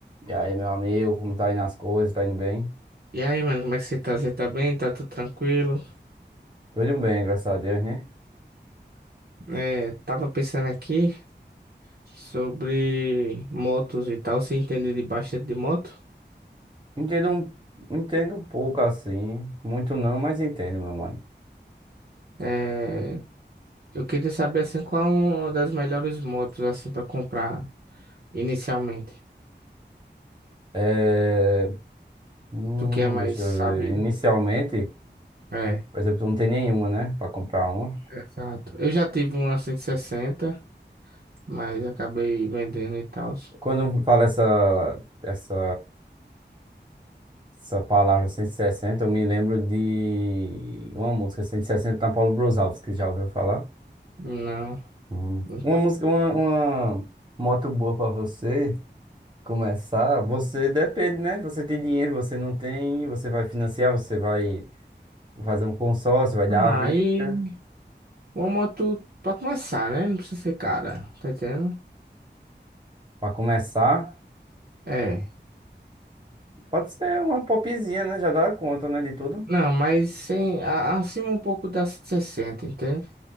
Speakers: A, on the right; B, on the right.
A: E aí, meu amigo, como tá indo as coisas? Tá indo bem?
B: E aí, mano, como é que você tá? Você tá bem? Tá tudo tranquilo?
A: Tudo bem, graças a Deus, né?
B: É, tava pensando aqui sobre motos e tal. Você entende de bastante de moto?
A: Entendo um, entendo um pouco assim, muito não, mas entendo, meu mano.
B: É, eu queria saber, assim, qual uma das melhores motos, assim, pra comprar inicialmente.
A: É, hum,
B: Tu que é mais
A: deixa
B: sabido.
A: eu ver. Inicialmente,
B: É,
A: por exemplo, não tem nenhuma, né? Pra comprar uma.
B: exato. Eu já tive uma 160, mas acabei vendendo e tal.
A: Quando fala essa, essa, essa palavra cento e sessenta eu me lembro de uma música 160 da Paulo Brosavski, que já ouviu falar?
B: Não,
A: Hum.
B: nunca.
A: Uma música, uma, uma moto boa pra você. Começar, você depende, né? Você tem dinheiro, você não tem, você vai financiar, você vai fazer um consórcio, vai dar
B: Ah,
A: a vida.
B: aí uma moto pra começar, né? Não precisa ser cara, tá entendendo?
A: Para começar,
B: É.
A: pode ser uma popzinha, né? Já dá conta, né? De tudo.
B: Não, mas sim, a- acima um pouco da 160, entende?